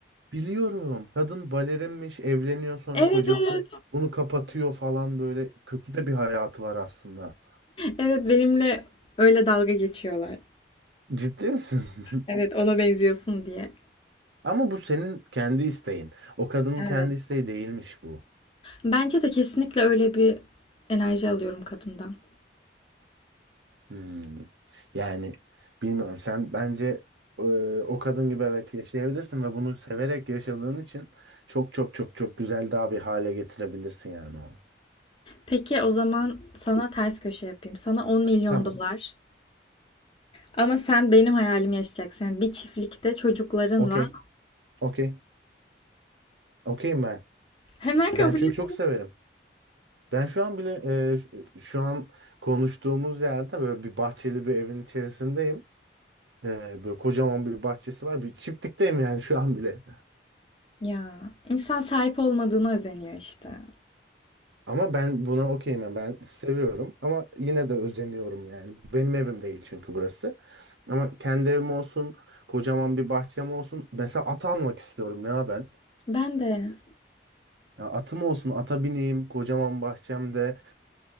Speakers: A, on the right; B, on the left.
A: biliyorum kadın balerinmiş evleniyor sonra
B: Evet
A: kocası
B: evet.
A: bunu kapatıyor falan böyle kötü de bir hayatı var aslında.
B: Evet benimle öyle dalga geçiyorlar.
A: Ciddi misin? <laughs>
B: Evet ona benziyorsun diye.
A: Ama bu senin kendi isteğin. O kadının
B: Evet.
A: kendi isteği değilmiş bu.
B: Bence de kesinlikle öyle bir enerji alıyorum kadından.
A: Hmm. Yani bilmiyorum sen bence e, o kadın gibi evet yaşayabilirsin ve bunu severek yaşadığın için çok çok çok çok güzel daha bir hale getirebilirsin yani onu.
B: Peki o zaman sana ters köşe yapayım. Sana 10 milyon
A: Tamam.
B: dolar. Ama sen benim hayalimi yaşayacaksın. Yani bir çiftlikte çocuklarınla.
A: Okey. Okey. Okeyim ben.
B: Hemen kabul
A: Ben çünkü
B: et.
A: çok severim. Ben şu an bile e, şu şu an konuştuğumuz yerde böyle bir bahçeli bir evin içerisindeyim. E, böyle kocaman bir bahçesi var. Bir çiftlikteyim yani şu an bile.
B: Ya insan sahip olmadığına özeniyor işte.
A: Ama ben buna okeyim. yani. Ben seviyorum ama yine de özeniyorum yani. Benim evim değil çünkü burası. Ama kendi evim olsun, kocaman bir bahçem olsun. Mesela at almak istiyorum ya ben.
B: Ben de
A: Ya atım olsun, ata bineyim, kocaman bahçemde.